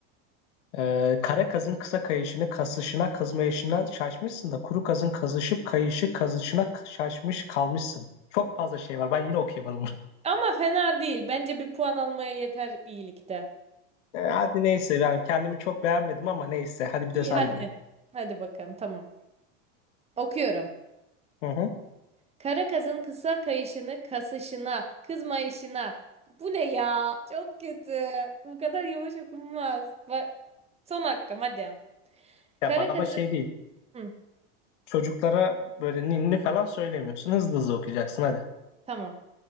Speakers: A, on the left (about 75°); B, on the right (about 15°).
A: Ee, kara kazın kısa kayışını kasışına kızmayışına şaşmışsın da kuru kazın kazışıp kayışı kazışına k- şaşmış kalmışsın. Çok fazla şey var. Ben yine okuyamadım bunu. <laughs>
B: Ama fena değil. Bence bir puan almaya yeter iyilikte.
A: Ee, hadi neyse yani kendimi çok beğenmedim ama neyse. Hadi bir
B: İyi
A: de sen
B: hadi.
A: dene.
B: Hadi bakalım tamam. Okuyorum.
A: Hı hı.
B: Kara kazın kısa kayışını kasışına, kızmayışına. Bu ne ya? Çok kötü. Bu kadar yavaş okunmaz. Bak, son hakkım hadi.
A: Ya
B: Kara
A: bak
B: kazın
A: ama şey değil.
B: Hı,
A: Çocuklara böyle ninni falan söylemiyorsun. Hızlı hızlı okuyacaksın hadi.
B: tamam.